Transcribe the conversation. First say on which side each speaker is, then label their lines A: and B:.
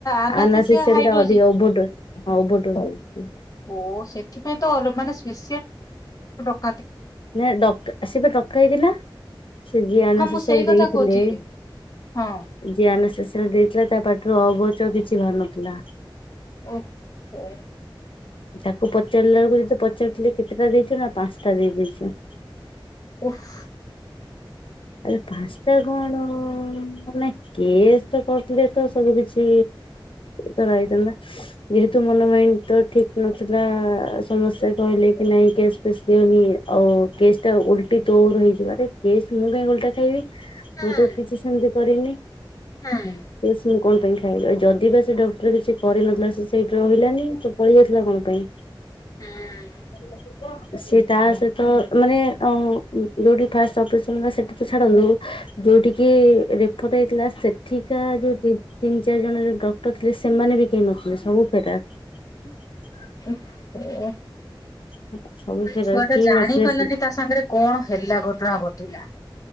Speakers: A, on the left; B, on the left.
A: ଆନାସ୍ଥେସିଆ
B: ଅଧିକଟ
A: ହାଇଡ୍ରୋଜି
B: ହଁ ହେଇଛି।
A: ଓ ସେଥିପାଇଁ ତ ମାନେଡଟ <unintelligible>
B: ନା ଡକା, ସେ ଡକା ହେଇଥିଲା। ସେ ଜଆାନ
A: ହଁ ମୁଁ
B: ଶଶୁର
A: ସେଇ କଥା
B: ଦେଇଥିଲେ
A: କହୁଛି ହଁ
B: ଜିଆାନ ଶଶୁର <unintelligible> ଯେ ଦେଇଥିଲା ତା ପାଟିରୁ ଅ ବ ଚ କିଛି ବାହାରୁ ନଥିଲା।
A: ଓ ହ।
B: ତାକୁ ପଚାରିଲା ବେଳକୁ, ଯଦି ପଚାରିଥିଲେ କେତେଟା ଦେଇଛୁ, ନା ପାଞ୍ଚଟା ଦେଇ ଦେଇଦେଇଛି।
A: ଓଫ।
B: ଆଉ ପାସ୍ତତା କଣ <unintelligible> କେସେ ତ କରିଥିଲେ ତ ସବୁ କିଛି ଧରା ହେଇଥାନ୍ତା ଯେହେତୁ। ମନ ମାଇଣ୍ଡ ତ ଠିକ ନଥିଲା, ସମସ୍ତେ କହିଲେ କି ନାଇଁ କେସ୍ ଫେସ୍ ଦଅନି, ଆଉ କେସ୍ ଟା ଉଲଟି ତୋର ହେଇଯିବାରେ। ମୁଁ କାଇହିଁ ଓଲଟା ଖାଇବି
A: ହୁଁ
B: ମୁଁ ତ କିଛି ସେମିତି କରନି,
A: ହୁଁ
B: କେସ ମୁଁ କଣ ପାଇଁ ଖାଇବି। ଖାଇବି ଯଦି ବା ସେ ଡକ୍ଟର କିଛି କରିନଥିଲା, ସେ ସେଇଠି ରହିଲାନି ତ ପଳେଇ ଆସିଲା କଣ ପାଇଁ।
A: ହୁଁ।
B: ସେତ। <unintelligible> ତା ସହିତ ମାନେ ଅଁ ଯୋଉଠି ଫାଷ୍ଟ ଅଫିସ ସେଠିକି ଛାଡ଼ୁନି ଯୋଉଠିକି ରେଫଟ ହେଇଥିଲା ସେଠିକା ଯୋଉ ତିନ୍ ତୀ ଚାରି ଜଣ ଯୋଉ ଡକ୍ଟର ଥିଲେ ସେମାନେ ବି କେହି ନଥିଲେ ସବୁ ଫେରାର।
A: <unintelligible>
B: <inaudible> ଫେରାର
A: ଛୁଆ ଟା
B: କେହି
A: ଜାଣି
B: ନଥିଲେ
A: ପାରିଲାନି ତା ସାଙ୍ଗରେ କଣ ହେଲା ଘଟଣା ଘଟିଲା